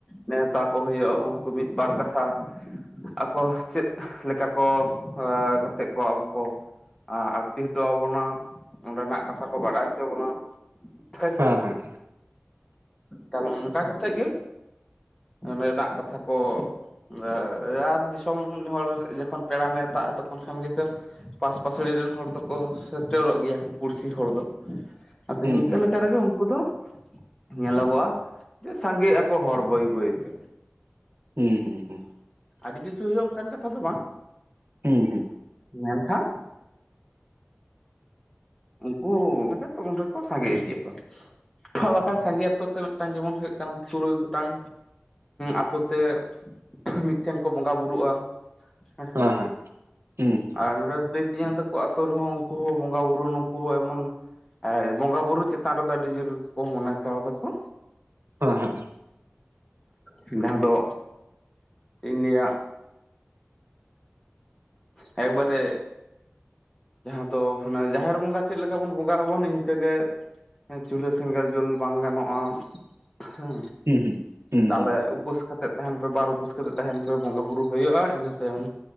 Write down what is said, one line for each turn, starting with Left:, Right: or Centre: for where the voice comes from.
Left: ᱱᱮᱣᱛᱟ ᱠᱚ ᱼᱼ ᱦᱩᱭᱩᱜᱼᱟ᱾ ᱩᱱᱠᱩ ᱢᱤᱫ ᱵᱟᱨ ᱠᱟᱛᱷᱟ ᱼᱼ ᱟᱠᱚ ᱪᱮᱫ ᱞᱮᱠᱟ ᱠᱚ ᱠᱟᱛᱮᱫ ᱠᱚ ᱟᱵᱚ ᱠᱚ ᱟ ᱟᱲᱛᱤ ᱦᱚᱴᱚ ᱟᱵᱚᱱᱟ᱾ ᱚᱸᱰᱮᱱᱟᱜ ᱠᱟᱛᱷᱟ ᱠᱚ ᱵᱟᱰᱟᱭ ᱦᱚᱪᱚ ᱵᱚᱱᱟ। ᱯᱷᱮᱥᱮᱱ
Right: ᱦᱮᱸ ᱦᱮᱸ
Left: ᱛᱟᱦᱞᱮ ᱚᱱᱠᱟ ᱠᱟᱛᱮᱫ ᱜᱮ ᱚᱸᱰᱮᱱᱟᱜ ᱠᱟᱛᱷᱟ ᱠᱚ <unintelligible> ᱭᱟᱨ ᱫᱤᱥᱚᱢ ᱦᱚᱲ ᱡᱚᱠᱷᱚᱱ ᱯᱮᱲᱟ ᱱᱮᱛᱟᱜᱼᱟ ᱛᱚᱠᱷᱚᱱ ᱠᱷᱚᱱ ᱜᱮᱠᱚ ᱼᱼ ᱯᱟᱥ ᱯᱟᱥᱲᱤ ᱨᱮᱱ ᱦᱚᱲ ᱫᱚᱠᱚ ᱥᱮᱴᱮᱨᱚᱜ ᱜᱮᱭᱟ ᱠᱚ ᱯᱩᱲᱥᱤ ᱦᱚᱲ ᱫᱚ। ᱟᱫᱚ
Right: ᱦᱩᱸ
Left: ᱤᱱᱠᱟᱹ
Right: ᱦᱩᱸ
Left: ᱞᱮᱠᱟ ᱨᱮᱜᱮ ᱩᱱᱠᱩ ᱫᱚ ᱧᱮᱞᱚᱜᱚᱜᱼᱟ ᱡᱮ ᱥᱟᱸᱜᱮᱜ ᱟᱠᱚ ᱦᱚᱲ ᱵᱟᱹᱭ ᱵᱟᱹᱭ ᱛᱮ। ᱛᱮ
Right: ᱦᱩᱸ ᱦᱩᱸ᱾ ᱦᱩᱸ
Left: ᱟᱹᱰᱤ ᱠᱤᱪᱷᱩ ᱦᱩᱭᱩᱜᱼᱟ ᱚᱱᱠᱟᱱ ᱠᱟᱛᱷᱟ ᱫᱚ ᱵᱟᱝ
Right: ᱦᱩᱸ ᱦᱩᱸ᱾
Left: ᱧᱮᱞᱠᱷᱟ? ᱩᱱᱠᱩᱚ ᱚᱸᱰᱮ ᱛᱚ ᱩᱱ ᱨᱮᱠᱚ ᱥᱟᱸᱜᱮ ᱤᱫᱤ ᱟᱠᱚ᱾ ᱵᱟᱠᱷᱟᱱ ᱥᱟᱸᱜᱮ ᱚᱠᱛᱚ ᱛᱮ ᱢᱤᱫᱴᱟᱝ ᱡᱮᱢᱚᱱ ᱦᱩᱭᱩᱜ ᱠᱟᱱᱟ᱾ ᱛᱩᱨᱩᱭ ᱜᱚᱴᱟᱝ ᱟᱛᱳ ᱛᱮ ᱢᱤᱫᱴᱷᱮᱱ ᱠᱚ ᱵᱚᱸᱜᱟ ᱵᱩᱨᱩᱜᱼᱟ᱾ ᱟᱪᱪᱷᱟ᱾
Right: ᱦᱮᱸ ᱦᱮᱸ
Left: ᱟᱨ ᱱᱚᱸᱰᱮ ᱫᱟᱹᱭ ᱛᱮᱧᱟᱝ ᱛᱟᱠᱚ ᱟᱛᱚ ᱨᱮᱦᱚᱸ ᱩᱱᱠᱩ ᱦᱚᱸ ᱵᱚᱸᱜᱟ ᱵᱩᱨᱩ ᱱᱩ ᱩᱱᱠᱩ ᱦᱚᱸ ᱮᱢᱚᱱ ᱮᱸ ᱵᱚᱸᱜᱟ ᱵᱩᱨᱩ ᱪᱮᱛᱟᱱ ᱨᱮᱫᱚ ᱟᱹᱰᱤ ᱡᱚᱨ ᱠᱚ ᱢᱚᱱᱮ ᱠᱟᱣ ᱫᱟᱠᱚ
Right: ᱦᱩᱸ ᱦᱮᱸ ᱦᱮᱸ
Left: ᱦᱩᱸ ᱡᱟᱦᱟᱸ ᱫᱚ ᱪᱮᱫ ᱤᱧ ᱞᱟᱹᱭᱟ ᱮᱠ ᱵᱟᱨᱮ ᱡᱟᱦᱟᱸ ᱫᱚ ᱦᱟᱱᱟ ᱡᱟᱦᱮᱨ ᱵᱚᱸᱜᱟ ᱪᱮᱫ ᱞᱮᱠᱟ ᱵᱚᱱ ᱵᱚᱸᱜᱟᱜ ᱟᱵᱚᱱ ᱤᱱᱠᱟᱹᱜᱮ ᱦᱮᱸ ᱪᱩᱞᱦᱟᱹ ᱥᱮᱸᱜᱮᱞ ᱡᱩᱞ ᱵᱟᱝ ᱜᱟᱱᱚᱜᱼᱟ ᱦᱮᱸ
Right: ᱦᱩᱸ ᱦᱩᱸ ᱦᱩᱸ
Left: ᱛᱟᱞᱮ
Right: ᱦᱩᱸ
Left: ᱩᱯᱟᱹᱥ ᱠᱟᱛᱮ ᱛᱟᱦᱮᱱ ᱯᱮ ᱵᱟᱨ ᱩᱯᱟᱹᱥ ᱠᱟᱛᱮᱫ ᱛᱟᱦᱮᱱ ᱯᱮ ᱵᱚᱸᱜᱟ ᱵᱩᱨᱩ ᱦᱩᱭᱩᱜᱼᱟ ᱤᱱᱟᱹ ᱛᱟᱭᱚᱢ